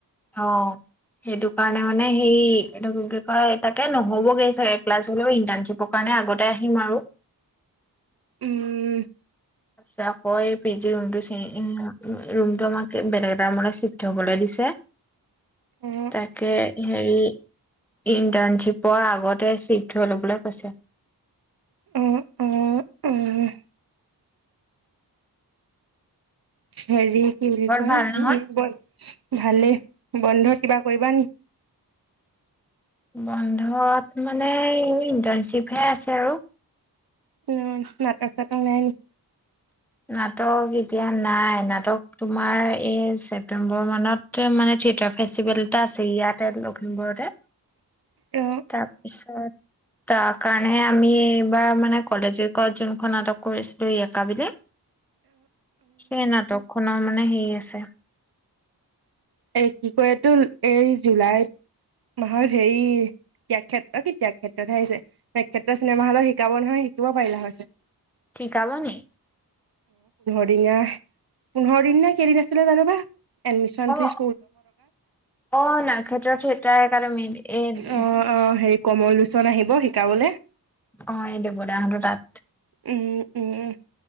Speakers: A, in the centre; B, on the right.
A: অ সেইটো কাৰণে মানে সেই এইটো কি বুলি কয় তাকে নহ'বগৈ চাগে ক্লাছ হ'লেও ইণ্টাৰ্ণশ্বিপৰ কাৰণে আগতে আহিম আৰু।
B: উম।
A: তাৰপিছত আকৌ এই পি জি ৰুমটো ৰুমটো আমাক বেলেগ এটা ৰুমলৈ চিফ্ট হবলৈ দিছে।
B: অ অ
A: তাকে হেৰি ইন্টাৰ্ণশ্বিপৰ আগতে চিপট হৈ ল'বলৈ কৈছে।
B: উম, উম, উম। হেৰি কি বুলি
A: ঘৰত
B: কয়
A: ভাল নহয়?
B: উম ভালেই বন্ধত কিবা কৰিবা নেকি?
A: বন্ধত মানে ইণ্টাৰ্ণশ্বিপহে আছে আৰু।
B: উম নাটক চাটৰ নাই?
A: নাটক এতিয়া নাই নাটক। তোমাৰ এই ছেপ্তেম্বৰ মানত মানে থিয়েটাৰ ফেষ্টিভেল এটা আছে ইয়াতে লখিমপুৰতে
B: এ
A: তাৰপিছত তাৰ কাৰণেহে আমি এইবাৰ মানে কলেজৰ কত যোনখন নাটক কৰিছিলো ইয়েকা বুলি। সেই নাটকখননৰ মান মানে সেই আছে।
B: এই কি কৰেতো এই জুলাই মাহত হেৰি ত্যাগক্ষ্ষেত্ৰ কি ত্যাগক্ষ্ষেত্ৰতহে আহিছে তক্ষেত্ৰ চিনেমা হলৰ শিকাব নহয় শিকিব পাৰিলা হৈছে।
A: খিকাব নেকি?
B: এয়াই পোন্ধৰ দিন নে কেইদিন আছিলে জানোবা? এডমিশন
A: অ
B: ফিচ
A: অ নাৰক্ষেত্ৰতো এটাৰ কাৰণে মেইন এ
B: অ অ হেৰি কমল লোচন আহিব শিকাবলৈ।
A: অ এই দেব দা হতৰ তাত।
B: উম, উম ।